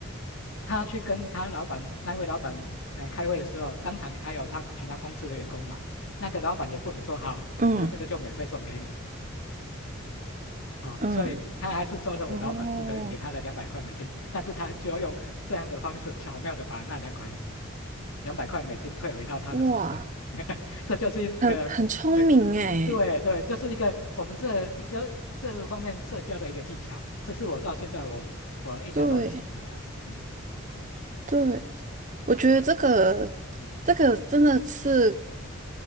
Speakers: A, on the left; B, on the right.
A: 他去跟他老板那位老板来开会的时候，当场还有他其他公司的员工嘛，那个老板也不能说好，
B: 嗯
A: 那这个就免费送给你啊、
B: 嗯
A: 所以他还是说的，我老板付的给他的两百块美金，
B: 哦，
A: 但是他就要用这样的方式巧妙的把那两块两百块美金退回到他的手上，
B: 哇，
A: <laughs> 这就是一个，
B: 很很聪明诶，
A: 对，这对对，就是一个我们这一些这方面社交的一个技巧，这是我到现在我我印象都很深刻的啊嗯
B: 对。对，我觉得这个
A: 嗯，
B: 这个真的是